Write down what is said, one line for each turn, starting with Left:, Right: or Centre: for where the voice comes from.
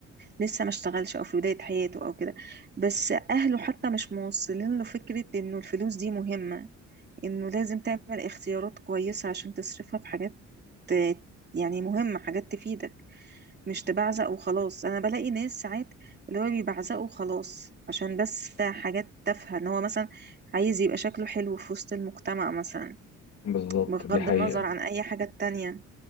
Right: لسه ما اشتغلش او في بداية حياته او كده بس اهله حتى مش موصلين له فكرة انه الفلوس دي مهمة انه لازم تعمل اختيارات كويسة عشان تصرفها في حاجات آه، يعني مهمة حاجات تفيدك مش تبعزق وخلاص انا بلاقي ناس ساعات اللي هو بيبعزقوا خلاص عشان بس حاجات تافهة ان هو مثلا عايز يبقى شكله حلو في وسط المجتمع مثلا
Left: بالظبط
Right: بغض
Left: دي حقيقة
Right: النظر عن اي حاجة تانية